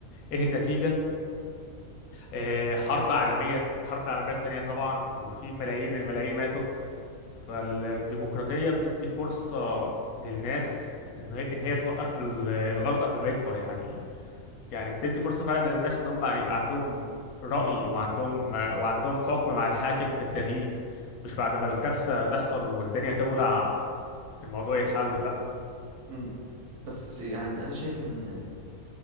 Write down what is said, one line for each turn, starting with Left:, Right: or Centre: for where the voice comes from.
Left: ايه النتيجة آه حرب عالمية الحرب العالمية التانية طبعا وفي ملايين الملايين ماتوا فالديمقراطية بتدي فرصة للناس ان هي إن هي توقف ال- الغلط قبل ما يكبر يعني يعني بتدي فرصة فعلا للناس ان هم يبقى عندهم رأي وعندهم وعندهم حكم مع الحاكم في التغيير مش بعد ما الكارثة تحصل والدنيا تولع الموضوع يتحل لا
Right: مم. بس يعني أنا شايف إن